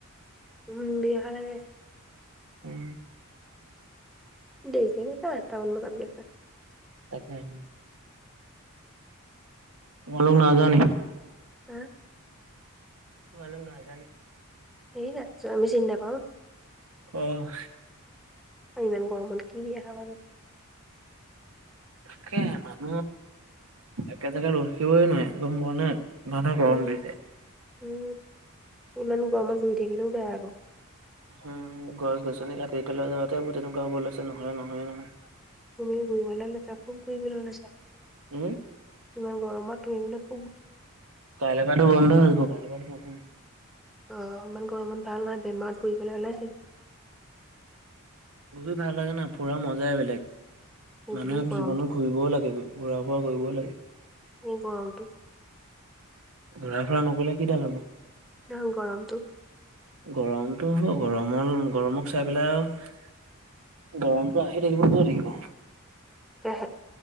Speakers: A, in the centre; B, on the right.
A: উম, বিহু খালা গে?
B: উম,
A: দেৰিকে হ'ব, এটা মান বজাত বিয়া পাত।
B: তাকেহে তোমালোক নাইযোৱা নেকি?
A: হা
B: তোমালোক নাইযোৱা নেকি?
A: সেই নাযোৱা আমি চিনি নাপাওঁ।
B: অ',
A: ইমান গৰমত কি বিয়া খাবা গে।
B: তাকেহে মানুহ একে জেগাত ৰখিবই নোৱাৰি গম পোৱা নে? ইমানে
A: উম
B: গৰম দিছে।
A: উম ইমান গৰমত ঘূৰি থাকিলেও বেয়া হ'ব।
B: উম, গছ-গছনি কাটি পেলোৱা যাওঁতে গোটেইটো গড়বড় লৈছে নহলে নহয় নহয়।
A: তুমি ঘূৰিবলৈ লৈছা <unintelligible> লৈছা।
B: উম,
A: ইমান গৰমত তুমি বুলু।
B: কাইলৈ পৰাটো বন্ধ হৈ গল কাইলৈ পৰাটোতো নকৰোৱে।
A: অ', ইমান গৰমত ভাল নহয় বেমাৰত পৰিবলৈ হ'লে শেষ
B: ফুৰি ভাল লাগে না, ফুৰাৰ মজাই বেলেগ মানুহে
A: বুলি গৰমটো
B: জীৱনত ঘূৰিবও লাগে। ঘূৰা ফুৰা কৰিবও লাগে।
A: ই গৰমটোত।
B: ঘূৰা ফুৰা নকৰিলে কিডাল হ'ব?
A: অ', গৰমটো।
B: গৰমটো হ'ব গৰমৰ গৰমক চাই পেলাই আৰু গৰমটো আহি থাকিব গৈ থাকিব।
A: কে হে